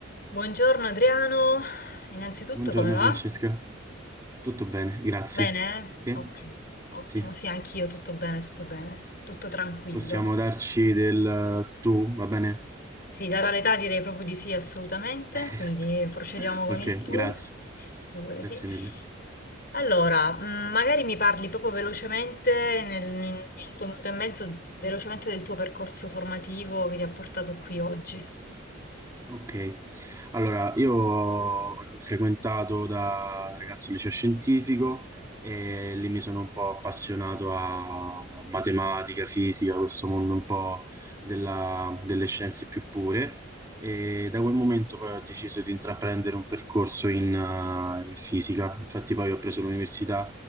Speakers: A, on the left (about 50°); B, on the right (about 15°).
A: Buongiorno Adriano, innanzitutto
B: Buongiorno
A: come va?
B: Francesca, tutto bene, grazie.
A: Bene?
B: Te?
A: eh? Ok, ottimo,
B: Sì,
A: sì, anch'io tutto bene, tutto bene, tutto tranquillo.
B: possiamo darci del eh, tu, va bene?
A: Sì, data l'età direi proprio di sì, assolutamente,
B: <laughs>
A: quindi procediamo con
B: Ok,
A: il tu,
B: grazie.
A: figurati.
B: Grazie mille.
A: Allora, mh, magari mi parli proprio velocemente, nel in un minuto, un minuto e mezzo, velocemente del tuo percorso formativo che ti ha portato qui oggi.
B: Ok, allora io ho frequentato da, da ragazzo il liceo scientifico e lì mi sono un po' appassionato a matematica, fisica, questo mondo un po' della- delle scienze più pure e da quel momento poi ho deciso di intraprendere un percorso in, eh, in fisica, infatti poi ho preso l'università